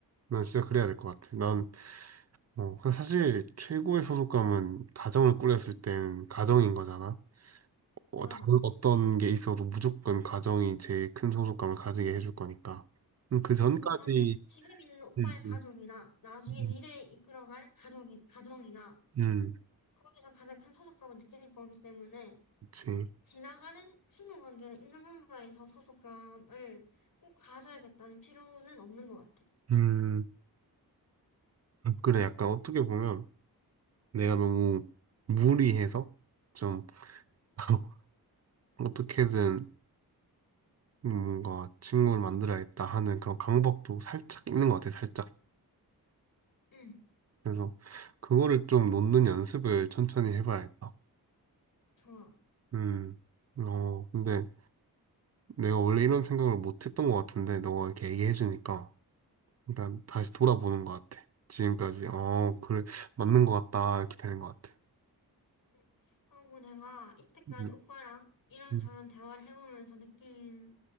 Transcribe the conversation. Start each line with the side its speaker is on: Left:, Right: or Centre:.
Right: 난 진짜 그래야 될 것 같아. 난, 뭐, 사실 최고의 소속감은 가정을 꾸렸을 땐 가정인 거잖아. 어,
Left: 맞아.
Right: 다른 어떤 게 있어도 무조건 가정이 제일 큰 소속감을 가지게 해줄 거니까. 음, 그 전까지,
Left: 그리고 사실 지금 있는 오빠의
Right: 음,
Left: 가족이나
Right: 음,
Left: 나중에
Right: 음,
Left: 미래에 이끌어갈 가족이, 가정이나
Right: 음, 음,
Left: 거기서 가장 큰 소속감을 느낄 거기 때문에
Right: 그치.
Left: 지나가는 친구 관계는 인간관계에서 소속감을 꼭 가져야겠다는 필요는 없는 것 같아.
Right: 음, 아, 그래. 약간 어떻게 보면 내가 너무 무리해서 좀 <laughs> 어떻게든 음, 뭔가 친구를 만들어야겠다 하는 그런 강박도 살짝 있는 것 같아, 살짝.
Left: 응,
Right: 그래서 그거를 좀 놓는 연습을 천천히 해봐야겠다.
Left: 좋아.
Right: 음, 어, 근데 내가 원래 이런 생각을 못 했던 것 같은데, 너가 이렇게 얘기해주니까 일단 다시 돌아보는 것 같아. 지금까지, 어, 그래, 맞는 것 같다, 이렇게 되는 것 같아.
Left: 응. 하고 내가 이때까지
Right: 음,
Left: 오빠랑 이런저런
Right: 음,
Left: 대화를 해보면서 느낀